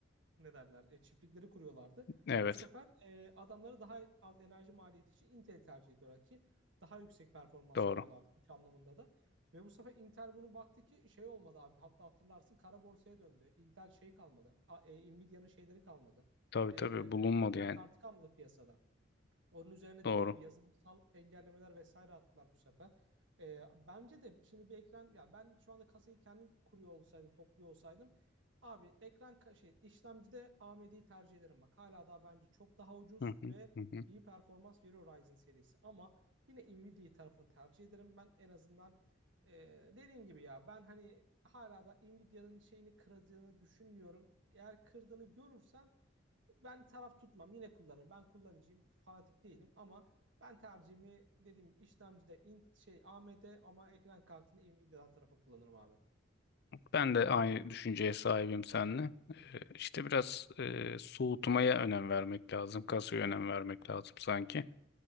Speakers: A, on the right; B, on the left.
A: ne derler e, çiftlikleri kuruyorlardı.
B: Evet,
A: Bu sefer e, adamları daha az enerji maliyeti için Intel tercih ediyorlar ki daha yüksek performans
B: doğru.
A: alıyorlardı güç anlamında da. Ve bu sefer Intel bunu baktı ki şey olmadı abi hatta hatırlarsın kara borsaya döndü. Intel şey kalmadı. A- e, Nvidia'nın şeyleri kalmadı.
B: Tabii
A: E,
B: tabii bulunmadı
A: ekran
B: yani.
A: kartı kalmadı piyasada. Onun üzerine
B: Doğru.
A: dediğin gibi yazılımsal engellemeler vesaire attılar bu sefer. Ee, bence de şimdi bir ekran yani ben şu anda kasayı kendim kuruyor olsaydım, topluyor olsaydım abi ekran ka- şey işlemcide AMD'yi tercih ederim bak. Hala daha bence çok daha ucuz
B: Hı hı,
A: ve
B: hı hı.
A: iyi performans veriyor Ryzen serisi ama yine Nvidia tarafını tercih ederim ben en azından e, dediğin gibi ya ben hani hala da Nvidia'nın şeyini kıracağını düşünmüyorum. Eğer kırdığını görürsem ben taraf tutmam. Yine kullanırım. Ben kullanıcıyım. Fanatik değilim ama ben tercihimi dediğim gibi işlemcide in, şey AMD ama ekran kartını Nvidia'dan tarafa kullanırım abi.
B: Ben de aynı düşünceye sahibim seninle. Ee, işte biraz e, soğutmaya önem vermek lazım. Kasaya önem vermek
A: Hı hı.
B: lazım sanki.